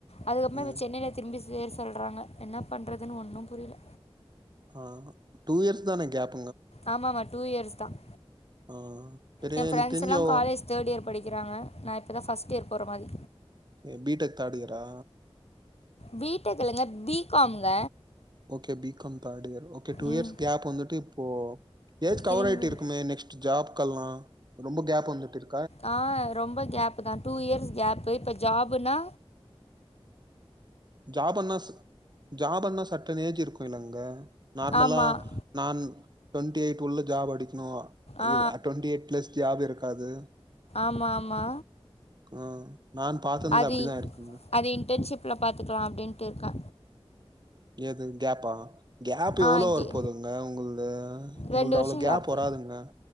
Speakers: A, on the left; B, on the right.
A: அதுக்கப்புறமா
B: ம்
A: இப்ப சென்னைல திரும்பி சேர சொல்றாங்க என்ன பண்றதுன்னு ஒன்னும் புரியல
B: ஆஹ் டூ இயர்ஸ் தானே கேப்
A: ஆமாமா டூ இயர்ஸ் தான்
B: ஆஹ் செரி
A: என்
B: எனக்கு
A: ஃப்ரெண்ட்ஸ்
B: தெரிஞ்சோ
A: எல்லாம் காலேஜ் தேர்ட் இயர் படிக்கிறாங்க நான் இப்போ தான் ஃபஸ்ட் இயர் போற மாதிரி
B: ஏ பி டெக் தேர்டு இயரா
A: பி டெக் இல்லங்க பி காம் ங்க
B: okay B com third year okay two
A: ம்
B: இயர்ஸ் கேப் வந்துட்டு இப்போ ஏஜ் கவர்
A: திரும்பி
B: ஆயிட்டு இருக்குமே நெக்ஸ்ட் ஜாப் கெல்லாம் ரொம்ப கேப் வந்துட்டு இருக்
A: ஆஹ் ரொம்ப கேப் தான் டூ இயர்ஸ் கேப்பு இப்ப ஜாப்னா
B: ஜாபன்னா ச ஜாபன்னா சட்டர்ன் ஏஜ் இருக்கும் இல்லங்க நார்மலா
A: ஆமாம்
B: நான் டவெண்ட்டி எயிட் உள்ள ஜாப் அடிக்கணும்
A: ஆ
B: டுவெண்டி எயிட் பிளஸ் ஜாப் இருக்காது
A: ஆமா ஆமா
B: ஆஹ் நான் பாத்ததுல
A: அது
B: அப்படிதான் இருக்குங்க
A: அது இன்டர்ன்ஷிப் ள்ள பாத்துக்கல அப்டின்ட்டு இருக்கே
B: எது கேப்பா கேப்
A: ஆ
B: எவ்ளோ வர
A: கே
B: போதுங்க உங்களது
A: ரெண்டு
B: உங்களது
A: வருஷம்
B: அவ்ளோ
A: கேப்பு
B: கேப் வராதுங்க